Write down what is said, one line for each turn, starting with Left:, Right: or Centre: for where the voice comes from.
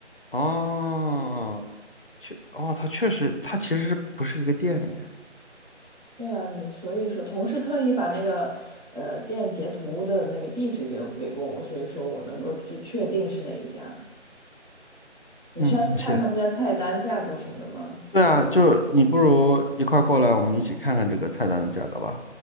Left: 哦，确，哦，它确实，它其实是不是一个店哎？
Right: 对啊，你所以说同事特意把那个呃店截图的那个地址给我给过我，所以说我能够去确定是哪一家。你是要去看他们家菜单、
Left: 嗯，行，
Right: 价格什么的吗？
Left: 对啊，就你不如一块儿过来，我们一起看看这个菜单的价格吧。